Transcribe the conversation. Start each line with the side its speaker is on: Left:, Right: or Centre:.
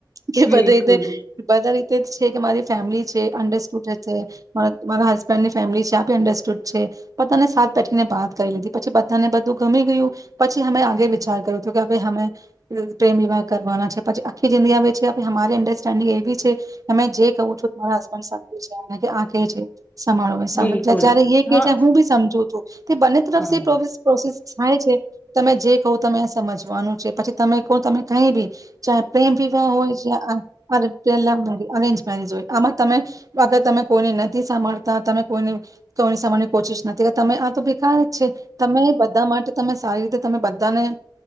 Right: કે
Left: બિલકુલ
Right: બધા રીતે બધા ર તે જ છે કે મારે <unintelligible> છે <unintelligible> છે મારા હસબેન્ડ ની ફેમિલી છે અંડસ્ટુડ છે પણ તને સા <inaudible> ને બાત કરી લીધી પછી બધાને બધું ગમી ગયું પછી અમે આગે વિચાર કર્યું કે અમે પ્રેમ વિવાહ કરવાના છે પછી આખી જિંદગી અમારી અંડરસ્ટેન્ડિંગ એવી છે અમે જે કહું છું મારા હબન્ડ છે કે આખે છે <unintelligible>
Left: બિલકુલ
Right: જ્યારે એ કે
Left: હા
Right: છે હું ભી સમજું તે બંને <unintelligible> થાય
Left: હા
Right: છે તમે જે કહો તમે સમજવાનું છે પછી તમે કહો તમે કઈ ભી ચા પ્રેમ વિવાહ હોય જ્યાં અરે પેલા અરેન્જ મેરેજ હોય આમાં તમેગર તમે કોઈને નથી સાંભળતા તમે કોઈ કોઈને સાંભળની કોશિશ નથી કે તમે તો બેકાર જ છે તમે બધા માટે તમે સારી રીતે તમે બધાને